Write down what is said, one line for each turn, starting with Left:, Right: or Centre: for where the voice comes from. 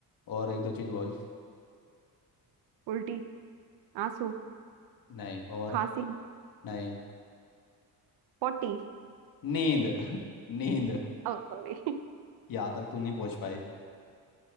Left: और एक दो चीज बोल
Right: उल्टी आंसू
Left: नहीं और
Right: खांसी
Left: नहीं
Right: पोटी
Left: नींद <laughs> नींद
Right: ओ सॉरी <laughs>
Left: यहाँ तक तू नहीं पहुंच पाई